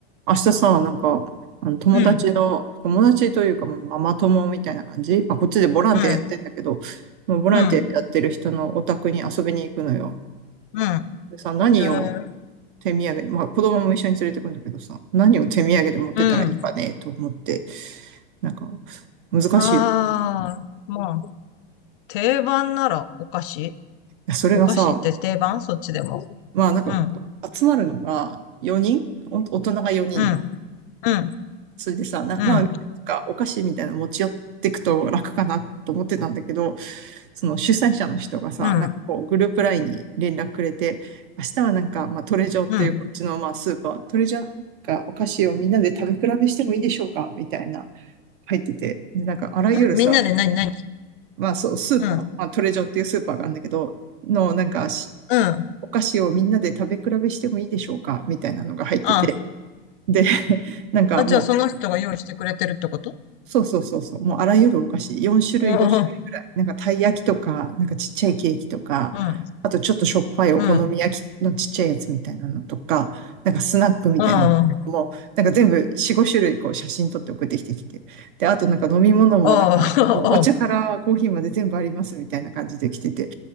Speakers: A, on the right (about 55°); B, on the left (about 55°).
A: 明日さ、なんか、あの友達の、
B: うん、
A: 友達というか、もうママ友みたいな感じ。まあ、こっちでボランティアやってんだけど、
B: うん、
A: もうボランティアやってる人のお宅に遊びに行くのよ。
B: うん、うん、
A: でさ、何を
B: えー、
A: 手土産で、まあ、子供も一緒に連れてくんだけどさ、何を手土産で持ってたらいいかね、
B: うん。
A: と思って、なんか、難しいよ。
B: ああ、
A: い
B: まあ、定番ならお菓子
A: やそれがさ、
B: お菓子って定番そっちでも。
A: まあ、なんか、
B: うん、
A: 集まるのが4人お大人が4人。
B: うん、うん、
A: それでさ、な、
B: うん、
A: まあ、なんか、お菓子みたいなの持ち寄ってくと楽かなと思ってたんだけど、その主催者の人がさ、
B: うん、
A: なんかこうグループラインに連絡くれて、明日はなんか、まあ、トレジョっていうこっちのまあスーパー、
B: うん。ん
A: トレジョのなんかお菓子をみんなで食べ比べしてもいいでしょうかみたいな入ってて、で、なんかあらゆるさ、
B: みんなで何何
A: まあそう、スーパー、
B: うん、うん。
A: まあ、トレジョっていうスーパーがあるんだけど、のなんかし
B: あ
A: お菓子をみんなで食べ比べしてもいいでしょうかみたいなのが入ってて、
B: あ、
A: で、<laughs> なんかもう
B: じゃあその人が用意してくれてるってこと
A: そうそうそうそう。もうあらゆるお菓子、4種類、
B: うん、
A: 5種類ぐらい。
B: う
A: なんかたい焼きとか、なんかちっちゃいケーキとか、
B: ん、
A: あとちょっとしょっぱいお好み焼きのちっちゃいやつみたいなのとか、
B: うん。あ
A: なんかスナックみたいなのも、
B: あ、
A: なんか全部4、5種類こう写真撮って送ってきてきて。で、あとなんか飲み物もなんか、
B: ああ、
A: もうお茶からコーヒーまで全部ありますみたいな感じで来てて、
B: ああ、